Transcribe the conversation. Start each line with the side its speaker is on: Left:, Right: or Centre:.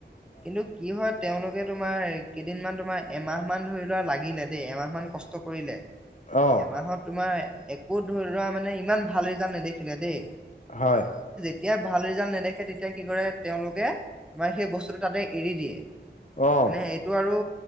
Centre: কিন্তু কি হয় তেওঁলোকে তোমাৰ কেইদিনমান তোমাৰ এমাহ মান ধৰি লোৱা লাগিলে দেই, এমাহ মান কষ্ট কৰিলে।
Left: অ
Centre: এমাহত তোমাৰ একো ধৰি লোৱা মানে ইমান ভাল ৰিজাল্ট নেদেখিলে দেই,
Left: হয়,।
Centre: তেতিয়া ভাল ৰিজাল্ট নেদেখে তেতিয়া কি কৰে, তেওঁলোকে তোমাৰ সেই বস্তুটো তাতে এৰি দিয়ে।
Left: অ
Centre: মানে এইটো আৰু